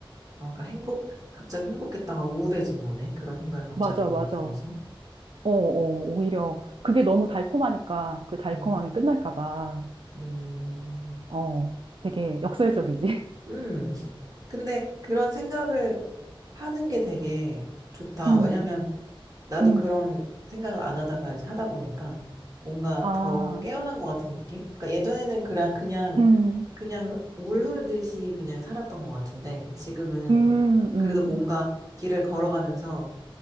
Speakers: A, on the right (about 40°); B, on the right (about 70°).
A: 아, 그러니까 행복, 갑자기 행복했다가 우울해진 거네. 그런 생각이 갑자기
B: 맞아, 맞아.
A: 들어서.
B: 어, 어, 오히려
A: 음,
B: 그게 너무 달콤하니까 그 달콤함이
A: 음,
B: 끝날까 봐,
A: 음.
B: 어, 되게 역설적이지.
A: 음. <laughs> 근데 그런 생각을 하는 게 되게 좋다.
B: <laughs> 음,
A: 왜냐면 나도
B: 음,
A: 그런 생각을 안 하다가 이제 하다 보니까 뭔가
B: 아,
A: 더 깨어난 것 같은 느낌? 그러니까 예전에는 그냥 그냥
B: 음,
A: 그냥 물 흐르듯이 그냥 살았던 것 같은데 지금은
B: 음, 음,
A: 그래도 뭔가 길을 걸어가면서